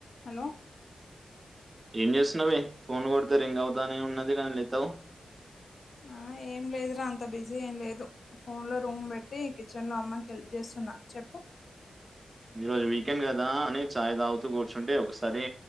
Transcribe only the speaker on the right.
ఏం చేస్తున్నావవే phone కొడితే రింగ్ అవుతానే ఉన్నది కాని ఎత్తవ్
ఈ రోజు వీకెండ్ కదా అని ఛాయ్ తాగుతూ కూర్చుంటే ఒకసారి